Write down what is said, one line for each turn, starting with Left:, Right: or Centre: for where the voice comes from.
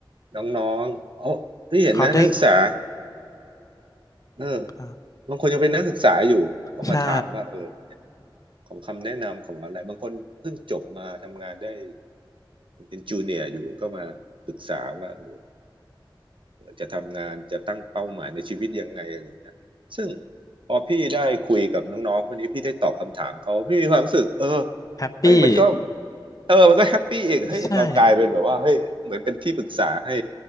Right: น้องๆเออที่เห็นนะนักศึกษา
Left: เขาได้
Right: เออ
Left: ครับ
Right: บางคนยังเป็นนักศึกษาอยู่ก็มาถามว่าเออ
Left: ใช่
Right: ของคำแนะนำของอะไรบางคนเพิ่งจบมาทำงานได้เป็นจูเนียร์อยู่ก็มาปรึกษาว่าเออจะทำงานจะตั้งเป้าหมายในชีวิตยังไงอะไรอย่างเงี้ยซึ่งพอพี่ได้คุยกับน้องๆพวกนี้พี่ได้ตอบคำถามเขาพี่มีความรู้สึกเออ
Left: แฮปปี้
Right: เฮ้ยมันก็เออมันก็แฮปปี้อีกเฮ้ยเรากลายเป็นแบบว่าเฮ้ยเหมือนเป็นที่ปรึกษาให้
Left: ใช่